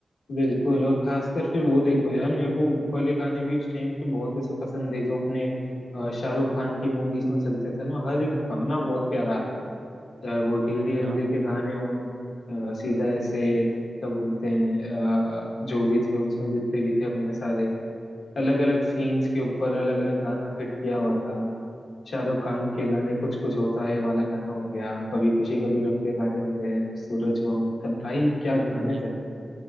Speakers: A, on the left (about 80°); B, on the right (about 65°).
A: बिल्कुल और खासकर फिर वो देखो यार मेरे को वो वाले गाने भी उस टाइम के बहुत ऐसे पसंद थे जो अपने अ, शाहरुख खान की मूवीज में चलते थे ना हर एक गाना बहुत प्यारा आता था चाहे वो डीडीएलजे
B: हाँ
A: के गाने हो अ, सीधा ऐसे क्या बोलते हैं अ, जो भी थे उसमें जितने भी थे अपने सारे अलग अलग सीन्स के ऊपर अलग अलग गाना फिट किया हुआ था शाहरुख खान के गाने कुछ कुछ होता है वाला गाना हो गया कभी खुशी कभी
B: वही
A: गम के गाने हो गए सूरज हुआ मध्यम भाई क्या गाने
B: ये
A: थे